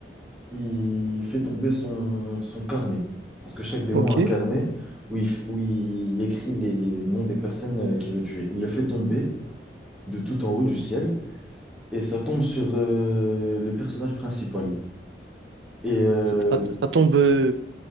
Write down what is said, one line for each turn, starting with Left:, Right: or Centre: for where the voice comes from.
Centre: il fait tomber son, son carnet. Parce que chaque démon
Right: ok.
Centre: a un carnet où il, f- où il écrit les noms des personnes euh, qu'il veut tuer. Il le fait tomber de tout en haut du ciel et ça tombe sur euh, le personnage principal. Et euh,
Right: Ça, ça- ça tombe euh,